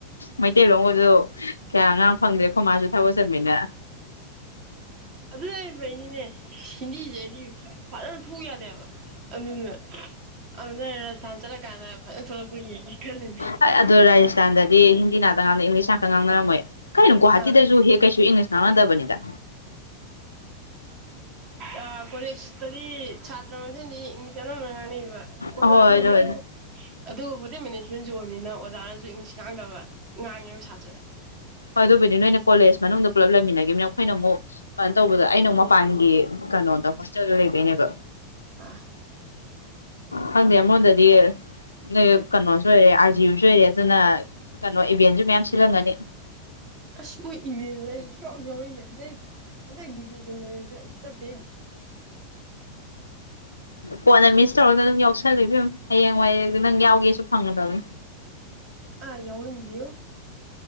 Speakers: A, on the left (about 85°); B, on the right (about 45°).
A: ꯃꯩꯇꯩ ꯂꯣꯟꯒꯁꯨ ꯀꯌꯥ ꯉꯥꯡ ꯐꯪꯗ꯭ꯔꯦ ꯑꯩꯈꯣꯢ ꯃꯥꯁꯨ ꯊꯕꯛ ꯆꯤꯟꯃꯤꯅ
B: ꯑꯗꯨ ꯂꯩꯔꯝꯕꯩꯅꯤꯅꯦ ꯍꯤꯟꯗꯤꯖꯦ ꯑꯩꯗꯤ ꯐꯖꯅ ꯊꯣꯛꯎ ꯌꯥꯗꯦ ꯍꯥꯢꯕ ꯑꯗꯨꯅ ꯑꯗꯨꯅ ꯔꯥꯖꯁꯊꯥꯟ ꯆꯠꯂꯀꯥꯟꯗ ꯐꯖꯅ ꯊꯣꯛꯂꯛꯄ꯭ꯔ ꯌꯦꯡꯒꯦ ꯈꯜꯂꯤꯅꯦ
A: ꯍꯣꯢ ꯑꯗꯨ ꯔꯥꯢꯁꯊꯥꯟꯗꯗꯤ ꯍꯤꯟꯗꯤ ꯉꯥꯛꯇ ꯉꯥꯡꯅꯩ ꯏꯪꯂꯤꯁ ꯉꯥꯛꯇ ꯉꯥꯡꯅꯔꯝꯃꯣꯏꯌꯦ ꯀꯥꯢꯅꯣꯝ ꯒꯨꯍꯥꯇꯤꯗꯁꯨ
B: ꯑꯥ
A: ꯍꯦꯛ ꯀꯩꯁꯨ ꯏꯪꯂꯤꯁ ꯉꯥꯡꯅꯗꯕꯅꯤꯗ
B: ꯑꯥ ꯀꯣꯂꯦꯁꯇꯒꯤ ꯁꯥꯇ꯭ꯔ ꯃꯁꯦꯟꯗꯤ ꯏꯪꯂꯤꯁ ꯑꯅꯝꯕꯅ ꯉꯥꯡꯅꯩꯕ ꯑꯣꯖꯥ
A: ꯑꯍꯣꯏ
B: ꯑꯗꯨ
A: ꯍꯣꯏ
B: ꯍꯥꯢꯗꯤ
A: ꯍꯣꯏ
B: ꯑꯗꯨ ꯍꯣꯇꯦꯟ ꯃꯦꯅꯦꯁ ꯇꯨꯌꯦꯟꯁꯨ ꯑꯣꯏꯕꯅꯤꯅ ꯑꯣꯖꯥꯅꯖꯨ ꯏꯪꯂꯤꯁ ꯉꯥꯡꯗꯕ ꯉꯥꯡꯉꯦꯕ ꯁꯥꯇ꯭ꯔꯗ
A: ꯑꯗꯨꯕꯨꯗꯤ ꯅꯣꯏꯅ ꯀꯣꯂꯦꯖ ꯃꯅꯨꯡꯗ ꯄꯨꯜꯂꯞ ꯂꯩꯃꯤꯟꯅꯈꯤꯕꯃꯤꯅ ꯑꯩꯈꯣꯏꯅ ꯑꯃꯨꯛ ꯀꯩꯅꯣ ꯇꯧꯕꯗ ꯑꯩꯅ ꯑꯃ ꯃꯄꯥꯟꯒꯤ ꯀꯩꯅꯣꯗ ꯍꯣꯁꯇꯦꯜꯗ ꯂꯩꯕꯩꯅꯦꯕ
B: ꯑꯥ
A: ꯈꯪꯗꯦ ꯑꯃꯔꯣꯝꯗꯗꯤ ꯅꯣꯏ ꯀꯩꯅꯣꯁꯨ ꯑꯣꯏꯔꯦ ꯑꯥꯔꯒꯤꯌꯨꯁꯨ ꯑꯣꯏꯔꯦ ꯑꯗꯨꯅ ꯀꯩꯅꯣ ꯏꯚꯦꯟꯁꯨ ꯃꯌꯥꯝ ꯁꯤꯜꯂꯝꯒꯅꯤ
B: ꯑꯁ ꯅꯣꯏ ꯏꯕꯦꯟ ꯍꯥꯏꯁꯦ ꯑꯩ ꯁꯨꯌꯥꯎꯅꯤꯡꯗꯦ ꯍꯟꯗꯛ ꯍꯟꯗꯛ ꯗꯤꯖꯦ ꯁꯤꯟꯕꯅꯦ ꯆꯠꯇꯦ
A: ꯀꯣꯟꯅ ꯃꯤꯁ ꯇꯧꯔꯒ ꯑꯗꯨꯝ ꯌꯥꯎꯁꯜꯂꯝ ꯍꯌꯦꯡꯋꯥꯌꯦꯡ ꯅꯪ ꯌꯥꯎꯒꯦꯁꯨ ꯐꯪꯒꯗꯕ ꯑꯗꯨꯅꯤ
B: ꯑ ꯌꯥꯎꯅꯤꯗꯦꯉꯣ